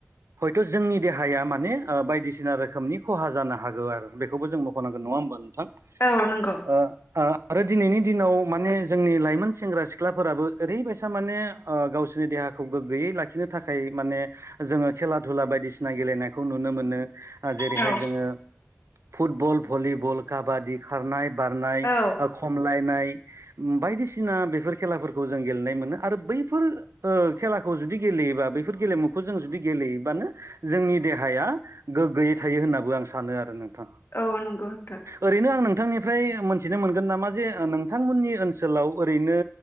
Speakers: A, on the right; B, on the left.
A: हयथ' जोंनि देहाया माने ओ बायदिसिना रोखोमनि खहा जानो हागौ आरो बे खौबो जों मख'नांगोन नङा होमबा नोंथां?
B: औ नंगौ
A: ओ ओ आरो दिनैनि दिनाव माने जोंनि लाइमोन सेंग्रा सिख्लाफोराबो ओरैबायसा माने ओ गावसोरनि देहाखौ गोग्गोयै लाखिनो थाखाय माने जोङो खेला धुला बायदिसिना गेलेनायखौ नुनो मोनो। ओ जेरैहाय
B: औ
A: जोङो फुटबल भलिबल, काबादि, खारनाय, बारनाय
B: औ
A: ओ खमलायनाय। ओ बायदिसिना बेफोर खेलाफोरखौ जों गेलेनाय मोनो आरो बैफोर ओ खेलाखौ जुदि गेले योबा बेफोर गेलेमुखौ जों जुदि गेलेयोब्लानो जोंनि देहाया गोग्गोयै थायो होननाबो आं सानो आरो नो थां।
B: औ नंगौ नोंथां
A: ओरैनो आं नोंथांनिफ्राय मोनथिनो मोनगोन नामा जे नोंथांमोननि ओनसोलाव ओरैनो